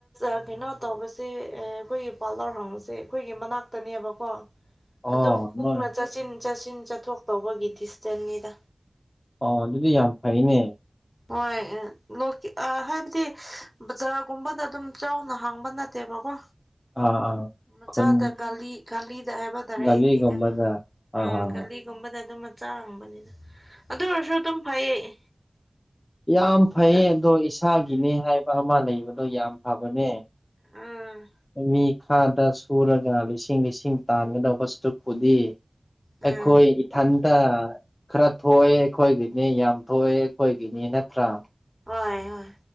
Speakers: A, in the centre; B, on the left (about 25°).
A: ꯑ ꯀꯩꯅꯣ ꯇꯧꯕꯁꯦ ꯑꯩꯈꯣꯏꯒꯤ ꯄꯥꫪꯂꫪ ꯍꯥꯡꯕꯁꯦ ꯑꯩꯈꯣꯏꯒꯤ ꯃꯅꯥꯛꯇꯅꯦꯕꯀꯣ
B: ꯑꯣ
A: ꯑꯗꯨꯝ ꯀꯨꯡꯅ
B: ꯅꯣꯏ
A: ꯆꯠꯁꯤꯟ ꯆꯠꯁꯤꯟ ꯆꯠꯊꯣꯛ ꯇꯧꯕꯒꯤ ꯗꯤꯁꯇꯦꯟꯁꯅꯤꯗ
B: ꯑꯣ ꯑꯗꯨꯗꯤ ꯌꯥꯝ ꯐꯩꯅꯦ
A: ꯍꯣꯏ ꯂꫭꯛ ꯍꯥꯏꯕꯗꯤ ꯕꯖꯥꯔꯒꯨꯝꯕꯗ ꯑꯗꯨꯝ ꯆꯥꯎꯅ ꯍꯥꯡꯕ ꯅꯠꯇꯦꯕꯀꯣ
B: ꯑꯥ ꯑꯥ
A: ꯃꯆꯥꯗ
B: ꯈꯨꯟ
A: ꯒꯂꯤ ꯒꯥꯂꯤꯗ ꯍꯥꯏꯕ ꯇꯥꯔꯦ
B: ꯒꯥꯔꯤꯒꯨꯝꯕꯗ
A: ꯍꯤꯟꯗꯤꯗꯀꯣ ꯎꯝ
B: ꯑꯥ ꯑꯥ
A: ꯒꯥꯂꯤꯒꯨꯝꯕꯗ ꯑꯗꯨꯝ ꯆꯥꯡꯕꯅꯤꯗ ꯑꯗꯨ ꯑꯣꯏꯔꯁꯨ ꯑꯗꯨꯝ ꯐꯩꯌꯦ
B: ꯌꯥꯝ ꯐꯩꯌꯦ
A: ꯑꯗꯨ
B: ꯑꯗꯣ ꯏꯁꯥꯒꯤꯅꯦ
A: ꯎꯝ
B: ꯍꯥꯏꯕ ꯑꯃ ꯂꯩꯕꯗꯣ ꯌꯥꯝ ꯐꯕꯅꯦ
A: ꯑꯝ
B: ꯃꯤ ꯈꯥꯗ ꯁꯨꯔꯒ ꯂꯤꯁꯤꯡ ꯂꯤꯁꯤꯡ ꯇꯥꯟꯒꯗꯕ ꯁꯔꯨꯛꯄꯨꯗꯤ
A: ꯎꯝ
B: ꯑꯩꯈꯣꯏ ꯏꯊꯟꯇ ꯈꯔ ꯊꯣꯛꯑꯦ ꯑꯩꯈꯣꯏꯒꯤꯅꯦ ꯌꯥꯝ ꯊꯣꯛꯑꯦ ꯑꯩꯈꯣꯏ ꯒꯤꯅꯤ ꯅꯠꯇ꯭ꯔ
A: ꯍꯣꯏ ꯍꯣꯏ